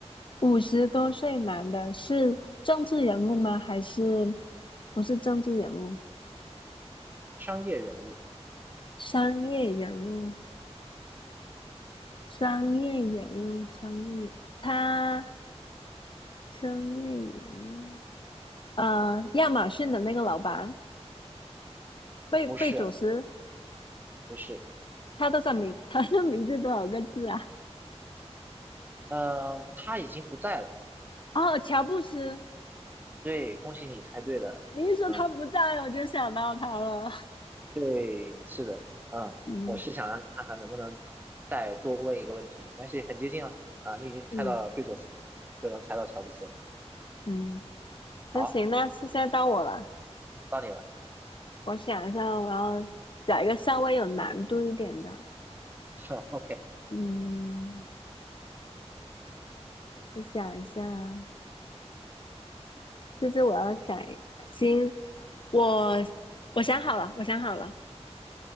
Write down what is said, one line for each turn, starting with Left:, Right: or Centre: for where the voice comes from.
Left: 五十多岁男的是政治人物吗？还是不是政治人物？
Right: 商业人物，
Left: 商业人物，商业人物，商业他商业人物，呃，亚马逊的那个老板，贝贝佐斯，
Right: 不是不是，
Left: 他多少名？<laughs> 他的名字多少个字啊？
Right: 呃，他已经不在了，
Left: <laughs> 哦，乔布斯，
Right: 对，恭喜你猜对了，
Left: 你一说他不在，
Right: 嗯、
Left: 我就想到他了。<laughs>
Right: 对，是的，嗯，
Left: 嗯
Right: 我是想让你看看能不能再多问一个问题，但是很接近了啊，你已经猜到了贝佐斯了，
Left: 嗯
Right: 就能猜到乔布斯了
Left: 嗯，那行，
Right: 好，
Left: 那现在到我了，
Right: 到你了。
Left: 我想一下，我要。找一个稍微有难度一点的。
Right: <laughs> OK，
Left: 嗯，我想一下啊，这是我要想一，行，我我想好了，我想好了，